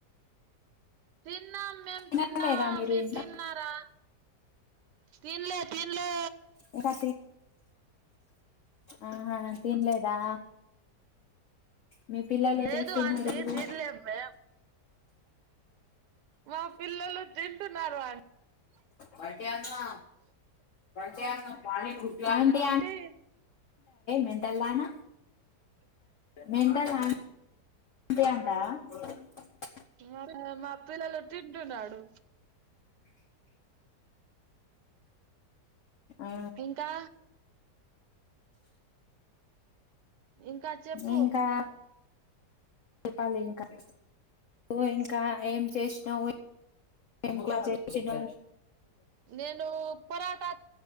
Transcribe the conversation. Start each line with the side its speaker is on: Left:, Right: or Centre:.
Right: ఫ <unintelligible> తిన్నాం మేము
Left: తినలేదా
Right: తిన్నాం మీరు
Left: ఇంకా
Right: తిన్నారా తిన్లే తిన్లే
Left: ఇంకా <inaudible> ఆహా తినలేదా మీ పిల్లలు ఏం
Right: లేదు
Left: చేస్తున్నారు
Right: ఆంటీ తినాలేమేం వా పిల్లలు తింటున్నారు అని
Left: వాటి నా పని చేస్తున్నాం పాని పూరి అంటి
Right: ఆంటీ
Left: మెంటల్ దాన మెంతల్ అంతందా <unintelligible>
Right: మా మా మా పిల్లలు <unintelligible> తింటున్నాడు
Left: ఆ
Right: ఇంకా ఇంకా చెప్పు
Left: ఇంకా చెప్పాలి ఇంకా ఓ ఇంకా ఏం చేస్ నా ఓయి ఏ క్లాస చేసిండు
Right: నేను పరాటా